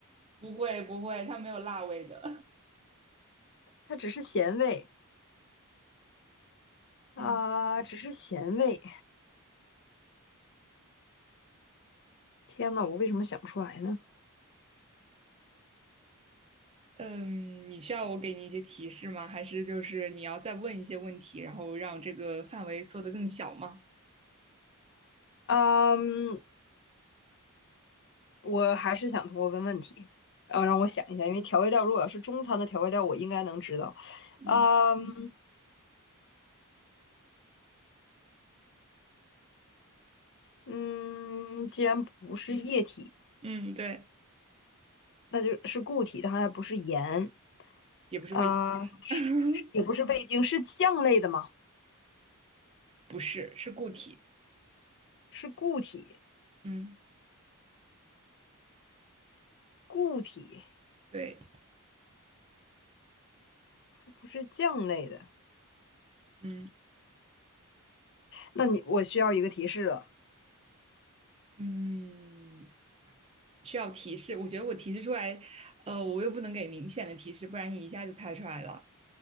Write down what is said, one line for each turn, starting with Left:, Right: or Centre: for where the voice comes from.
Right: 不会不会，它没有辣味的。
Left: 它只是咸味啊，
Right: <laughs> 嗯。
Left: 只是咸味。天呐，我为什么想不出来呢？
Right: 嗯，你需要我给你一些提示吗？还是就是你要再问一些问题，然后让这个范围缩得更小吗？
Left: 啊嗯，我还是想通过问问题，啊，让我想一下，因为调味料如果要是中餐的调味料，我应该能知道。
Right: 嗯，
Left: 啊嗯。嗯，既然不是液体，
Right: 嗯，对，
Left: 那就是固体，它还不是盐
Right: 也不是味，
Left: 啊，是也不是味精，
Right: <laughs>
Left: 是酱类的吗？
Right: 不是，是固体。
Left: 是固体，
Right: 嗯，
Left: 固体，
Right: 对，
Left: 它不是酱类的。
Right: 嗯
Left: 那你我需要一个提示了，
Right: 嗯，需要提示。我觉得我提示出来，呃，我又不能给明显的提示，不然你一下就猜出来了。